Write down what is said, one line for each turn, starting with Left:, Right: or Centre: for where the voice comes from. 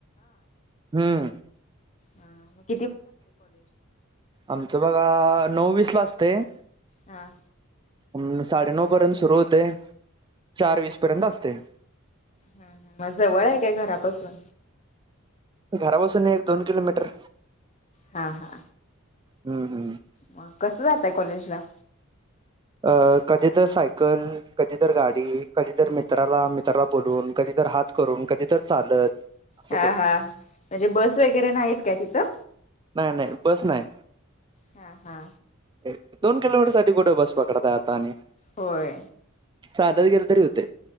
Right: हम्म.
Left: हा म
Right: आमचं बघा नऊ वीस ला असतय.
Left: हा
Right: अ साडेनऊ पर्यंत सुरू होतय चार वीस पर्यंत असतयं.
Left: ह ह मग जवळ आहे काय घरापासून?
Right: घरा पासून एक दोन किलोमीटर.
Left: हा हा.
Right: हम्म हम्म.
Left: मग कसं जाताय कॉलेज ला?
Right: अ कधी तर सायकल कधी तर गाडी कधी तर मित्राला मित्राला बोलवून कधी तर हात करून कधी तर चालत. असं
Left: हा
Right: करतो
Left: हा म्हणजे बस वगैरे नाहीत का तिथं.
Right: नाही नाही बस नाही.
Left: हा हा.
Right: एक दोन किलोमीटर साठी कुठे बस पकडताय आता आणि
Left: होय.
Right: चालत गेलं तरी हुतय